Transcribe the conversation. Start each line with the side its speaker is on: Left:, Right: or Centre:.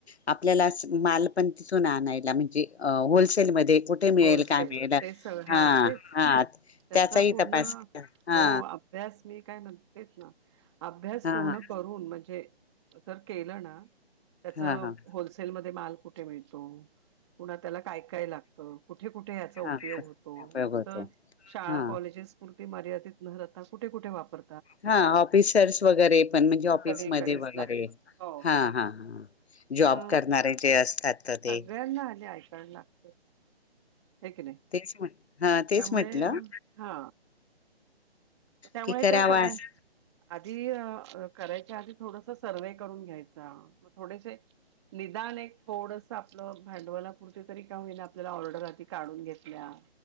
Left: आपल्याला माल पण तिथून आणायला म्हणजे होलसेलमध्ये कुठे मिळेल
Right: होलसेल
Left: काय मिळेल
Right: तेच सगळं
Left: हा
Right: तेच
Left: हा
Right: त्याचा
Left: त्याचाही
Right: पूर्ण
Left: तपास हा
Right: हो अभ्यास मी काय म्हणतेच ना अभ्यास
Left: हा
Right: पूर्ण
Left: हा
Right: करून म्हणजे तर केलं ना त्याच
Left: हा हा
Right: होलसेलमध्ये माल कुठे मिळतो पुन्हा त्याला काय काय लागत ठ कुठे कुठे याचा उपयोग
Left: हा
Right: होतो
Left: उपयोग
Right: नुसतं
Left: होतो
Right: शाळा
Left: हा
Right: कॉलेजेस पुरती मर्यादित न कुठे कुठे वापर
Left: हा ऑफिसर्स वगैरे पण म्हणजे ऑफिसमध्ये
Right: सगळीकडेच
Left: वगैरे
Right: लागत हो
Left: हा
Right: हो
Left: ह ह जॉब
Right: तर
Left: करणारे जे असतात तर ते
Right: सगळ्यांना आले आय कार्ड लागतच हे की नाही
Left: तेच म्हण हा तेच
Right: त्यामुळे
Left: म्हटलं
Right: हा त्यामुळे,
Left: की करावा
Right: त्या सगळ्या
Left: अस
Right: आधी करायच्या आधी. थोडस सर्व्हे करून घ्यायचा. थोडेसे निदान एक थोडस आपलं, भांडवला पुरते तरी का होईना आपल्याला ऑर्डर आधी काढून घेतल्या.